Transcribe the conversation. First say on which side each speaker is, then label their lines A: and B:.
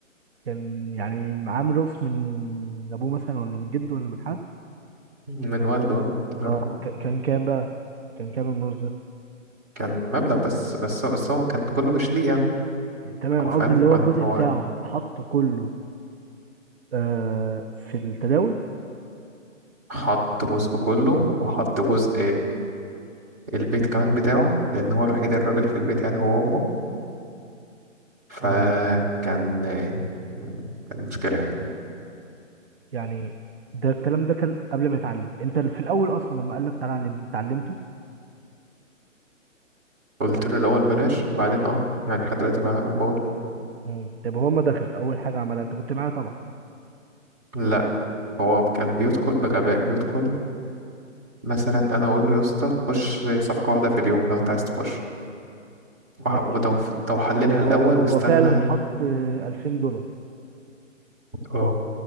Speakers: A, on the right; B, on the right.
A: كان يعني معاه ميراث من ابوه مثلا ولا من جده ولا من حد
B: من والده الله يرحمه
A: اه ك- كان كام بقى كان كام الميراث ده
B: كان مبلغ بس بس بس هو كان كله مش ليه يعني
A: تمام
B: هو
A: انا
B: فاهم
A: قصدي اللي هو
B: كان
A: الجزء
B: هو
A: بتاعه حطه كله آه في التداول
B: حط جزء كله وحط جزء البيت كمان بتاعه لأن هو الوحيد الراجل في البيت يعني هو وأمه فكان
A: اه
B: آه، كان مشكلة يعني
A: يعني ده الكلام ده كان قبل ما يتعلم انت في الاول اصلا لما قال لك تعالى علم انت علمته
B: قلت
A: علق
B: له الأول بلاش بعدين اه يعني لحد دلوقتي بقى بقول
A: مم. طب هو ما دخل اول حاجه عملها انت كنت معايا طبعا
B: لا هو كان
A: مم.
B: بيدخل بغباء بيدخل مثلا أنا أقول له يا اسطى خش صفقة واحدة في اليوم لو أنت عايز تخش وح-
A: ماشي
B: ولو لو حللها
A: هو
B: الأول واستنى
A: هو فعلا حط آه، 2000 دولار
B: اه